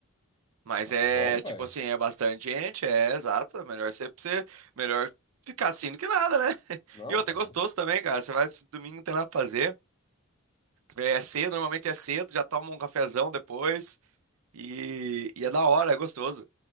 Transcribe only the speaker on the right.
Mas
é,
tipo assim, é bastante gente, é, exato, é melhor você, você- melhor ficar assim do que nada, né? <laughs>
E outra,
é
gostoso também, cara, você vai, domingo não tem nada pra fazer. É cedo, normalmente é cedo, já toma um cafezão depois. E, e é da hora, é gostoso.